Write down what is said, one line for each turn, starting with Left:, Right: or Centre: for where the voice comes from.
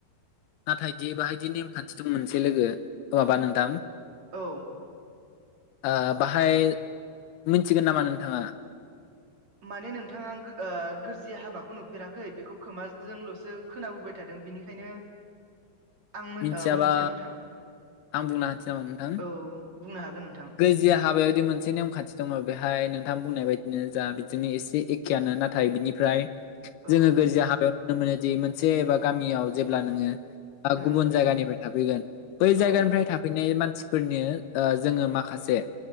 Left: नाथाय दि बाहायदि नेमखान्थि दं मोनसे लोगो अ माबा नोंथां
Right: औ
Left: ओ बाहाय मिनथिगोन नामा नोंथाङा
Right: माने नोंथाङा ओ गोरजि हाबाखौ नुफेराखै बेखौ खोमाजोंल'सो खोनाबो। थादों बेनिखायनो। आं
Left: मिथियाबा
Right: ओ मोनथिया नोंथां
Left: आं बुंना होनसै नामा नोंथां
Right: औ। बुंनो हागोन नोंथां
Left: गोजिया हाबायावदि मोनसे नेमखान्थि दङ बेहाय नों। थां बुंनाय बायदिनो जा बिदिजोंनो एसे एखेयानो नाथाय बिनिफ्राय
Right: औ
Left: जोङो गोरजिया हाबायाव। नुनो मोनोदि मोनसे एबा गामियाव जेब्ला नोङो
Right: ओं
Left: गुबुन जायगानिफ्राय थाफैगोन। बै
Right: औ
Left: जायगानिफ्राय थाफैनाय मानसिफोरनि जोङो माखासे।